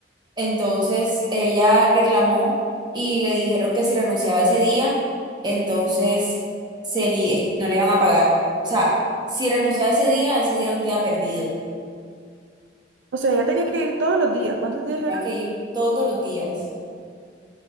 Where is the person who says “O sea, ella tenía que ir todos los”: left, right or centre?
Right